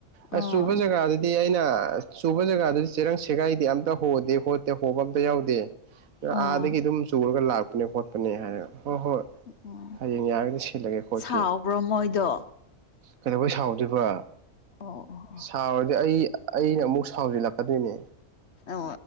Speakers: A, on the right; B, on the left.
A: ꯑꯁ
B: ꯑꯥ
A: ꯆꯨꯕ ꯖꯒꯥꯗꯨꯗꯤ ꯑꯩꯅ ꯑꯁ ꯆꯨꯕ ꯖꯒꯥꯗꯨꯗꯤ ꯆꯦꯔꯪ ꯁꯦꯒꯥꯏꯗꯦ ꯑꯝꯇ ꯍꯣꯗꯦ ꯍꯣꯠꯇꯦ ꯍꯣꯕ ꯑꯝꯇ ꯌꯥꯎꯗꯦ ꯉꯥꯑꯥꯟꯗꯒꯤ
B: ꯑꯥ
A: ꯑꯗꯨꯝ ꯆꯨꯔꯒ ꯂꯥꯛꯄꯅꯦ ꯈꯣꯠꯄꯅꯦ ꯍꯥꯏꯔꯒ ꯍꯣꯏ ꯍꯣꯏ
B: ꯑꯥ
A: ꯍꯌꯦꯡ ꯌꯥꯔꯒꯗꯤ ꯁꯤꯜꯂꯒꯦ ꯈꯣꯠꯀꯦ
B: ꯁꯥꯎꯕ꯭ꯔꯣ ꯃꯣꯏꯗꯣ
A: ꯀꯩꯗꯧꯕꯩ ꯁꯥꯎꯗꯩꯕ
B: ꯑꯣ ꯑꯣ
A: ꯁꯥꯎꯔꯗꯤ ꯑꯩ ꯑꯩꯅ ꯑꯃꯨꯛ ꯁꯥꯎꯖꯤꯜꯂꯛꯀꯗꯣꯏꯅꯦ
B: ꯑꯣ